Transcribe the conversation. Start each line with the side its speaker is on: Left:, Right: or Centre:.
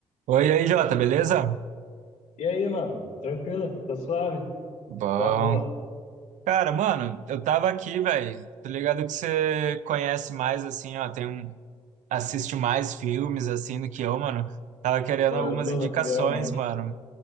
Right: Oi, e aí, Jota, beleza?
Left: E aí, mano? Tranquilo? Tá suave?
Right: Bom.
Left: Qual é a boa?
Right: Cara, mano, eu tava aqui, velho. Tô ligado que você conhece mais, assim, ó, tem um, assiste mais filmes, assim, do que eu, mano. Tava querendo
Left: Pô,
Right: algumas
Left: eu tô,
Right: indicações,
Left: geralmente.
Right: mano.